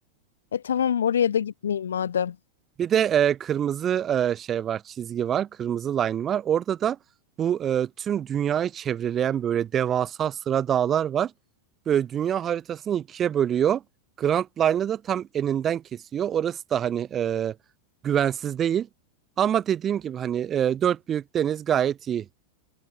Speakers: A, on the left (about 65°); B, on the right (about 25°).
A: E tamam oraya da gitmeyeyim madem.
B: Bir de e, kırmızı e, şey var, çizgi var, kırmızı line var. Orada da bu e, tüm dünyayı çevreleyen böyle devasa sıra dağlar var. Böyle dünya haritasını ikiye bölüyor. Grand Line'ı da tam eninden kesiyor. Orası da hani e, güvensiz değil. Ama dediğim gibi hani e, dört büyük deniz gayet iyi.